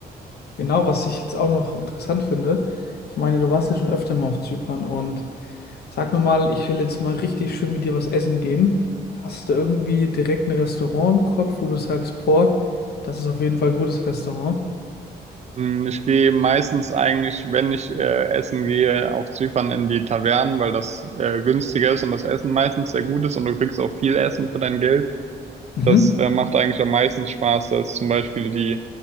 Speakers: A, on the left; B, on the right.
A: Genau, was ich jetzt auch noch interessant finde, ich meine, du warst ja schon öfter mal auf Zypern und Sag mir mal, ich will jetzt mal richtig schön mit dir was essen gehen. Hast du irgendwie direkt ein Restaurant im Kopf, wo du sagst, boah, das ist auf jeden Fall ein gutes Restaurant?
B: Hm, Ich gehe meistens eigentlich, wenn ich äh, essen gehe, auf Zypern in die Tavernen, weil das äh, günstiger ist und das Essen meistens sehr gut ist und du kriegst auch viel Essen für dein Geld.
A: Mhm.
B: Das äh, macht eigentlich am meisten Spaß. Da ist zum Beispiel die